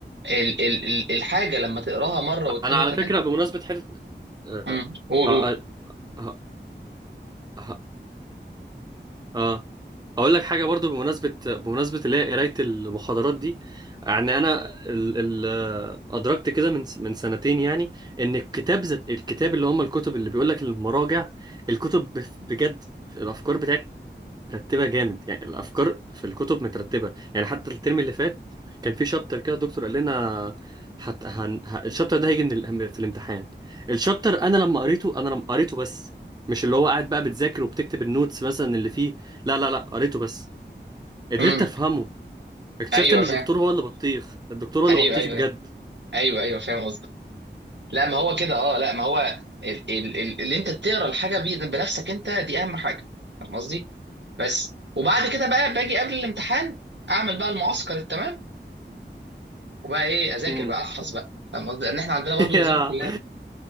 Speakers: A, on the right (about 70°); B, on the right (about 20°).
A: ال ال ال الحاجه لما تقراها مره واثنين
B: انا على
A: وثلاثه
B: فكرة بمناسبة حتة آه،
A: امم قول
B: آه،
A: قول
B: آه، آه، اه هقول لك حاجه برضو بمناسبه بمناسبه اللي هي قرايه المحاضرات دي يعني انا ال... ال... آه، ادركت كده من س- من سنتين يعني ان الكتاب ذات- الكتاب اللي هم الكتب اللي بيقول لك المراجع الكتب بف- بجد الافكار بتاعتها مرتبه جامد يعني الافكار في الكتب مترتبه يعني حتى الترم اللي فات كان في شابتر كده الدكتور قال لنا حت... هن... ه... الشابتر ده هيجي من ال... في الامتحان الشابتر انا لما قريته انا لما قريته بس مش اللي هو قاعد بقى بتذاكر وبتكتب النوتس مثلا اللي فيه لا لا لا قريته بس قدرت
A: امم
B: افهمه اكتشفت
A: ايوه
B: ان
A: فاهم
B: الدكتور هو اللي بطيخ الدكتور هو اللي
A: ايوه
B: بطيخ
A: ايوه
B: بجد
A: ايوه ايوه فاهم قصدك لا ما هو كده اه لا ما هو ال ال ال اللي انت تقرا الحاجه بي- بنفسك انت دي اهم حاجه فاهم قصدي بس وبعد كده بقى باجي قبل الامتحان اعمل بقى المعسكر التمام وبقى ايه اذاكر
B: مم.
A: بقى احفظ بقى فاهم قصدي لان احنا عندنا
B: <laughs>
A: برضو نظام الكليه